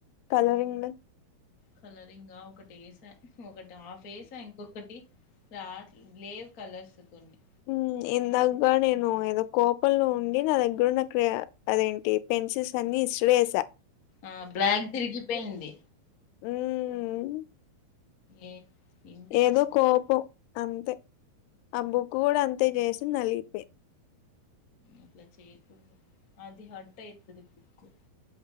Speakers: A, on the left (about 85°); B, on the left (about 45°).
A: కలరింగ్,
B: కలరింగ్ ఒకటి ఏస ఒకటి, ఆ ఫేస్ ఇంకొకటి రాటెల్ లేవ్ కలర్స్, అ కొన్ని
A: హు ఇందాగా నేను ఏదో కోపంలో ఉండి నా దగ్గరన్న కేరే అదేంటి పెన్సిల్స్ అన్ని ఇసిరేసా,
B: ఆ బ్లాక్‌ ది ఇరిగిపోయింది
A: హ్మ్మ్
B: ఏ- ఎందుకు
A: ఏదో
B: వస్తుంది
A: కోపం అంతే. ఆ బుక్ గూడా అం తెయ్ జేసి నలిగిపోయి
B: అట్లా చేకు అది హట్ ఐతది పిక్కు